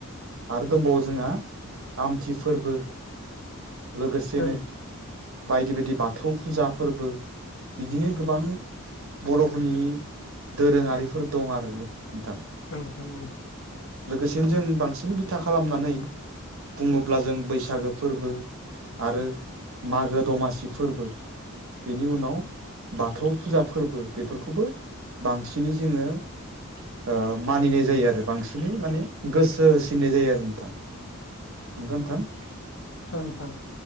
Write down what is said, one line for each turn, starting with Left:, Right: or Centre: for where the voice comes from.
Right: आरो दंबावो जोंहा आमथि फोरबो लोगोसेनो
Left: औ
Right: बायदि बायदि बाथौ फुजा फोरबो बिदिनो गोबां बर' फोरनि दोरोङारिफोर दं आरो नोथां।
Left: औ औ।
Right: लोगोसेनो जों बांसिन बिथा खालामनानै बुङोब्ला जों बैसागो फोरबो, आरो मागो दमासि फोरबो, बेनि उनाव बाथौ फुजा फोरबो। बेफोरखौबो बांसिनै जोङो ओ मानिनाय जायो आरो बांसिनै माने गोसो होसिननाय जायो आरो नोंथां। नंग'ना नोंथां?
Left: औ नोंथां।